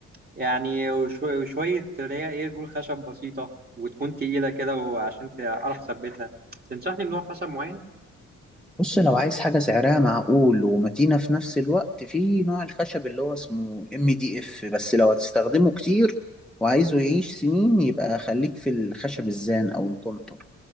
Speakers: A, on the right (about 30°); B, in the centre.
A: يعني وشو- وشوية اللي هي ايه رجول خشب بسيطة وتكون تقيلة كده وعشان تعرف تثبتها تنصحني بنوع خشب معين
B: بص لو عايز حاجة سعرها معقول ومتينة في نفس الوقت في نوع الخشب اللي هو اسمه ام دي اف بس لو هتستخدمه كتير وعايزه يعيش سنين يبقى خليك في الخشب الزان او الكونتر